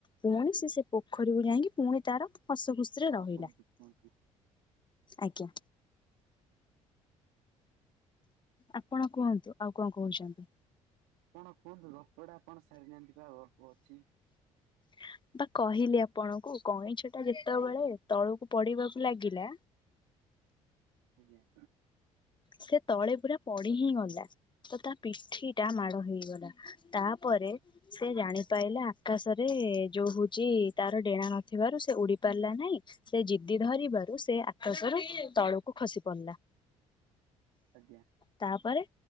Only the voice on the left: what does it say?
ପୁଣି ସେ ସେ ପୋଖରୀକୁ ଯାଇଁକି ପୁଣି ତାର ହସ ଖୁସିରେ
ରହିଲା
ଆଜ୍ଞା। ଆପଣ କୁହନ୍ତୁ ଆଉ କଅଁ କହୁଚନ୍ତି?
ମୁଁ ବା କହିଲି ଆପଣଙ୍କୁ କଇଁଛ ଟା ଯେତେବେଳେ ତଳକୁ ପଡିବାକୁ ଲାଗିଲା
ସେ ତଳେ ପୁରା ପଡି ହିଁ ଗଲା। ତ ତା ପିଠି ଟା ମାଡ ହେଇଗଲା ତାପରେ ସେ ଜାଣିପାଇଲା ଆକାଶରେ ଯୋଉ ହଉଛି ତାର ଡେଣା ନଥିବାରୁ ସେ ଉଡି ପାରିଲା ନାହିଁ। ସେ ଜିଦି ଧରିବାରୁ ସେ ଆକାଶର ତଳକୁ ଖସି ପଡ଼ିଲା।
ତାଆ ପରେ।